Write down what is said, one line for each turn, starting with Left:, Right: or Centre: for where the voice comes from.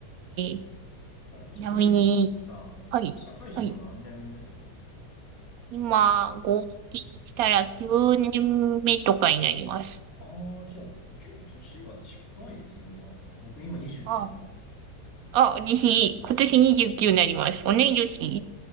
Right: えち
Left: あれちなみに、
Right: なみに、
Left: ゆいさん、
Right: はい、
Left: 社会人今何年目です
Right: はい。今、合計したら9年目とかになります。
Left: ああー、じゃあ、結構年が近いですよね、多分。僕今29なんで。
Right: あ、あ、私、今年29になります。同い年。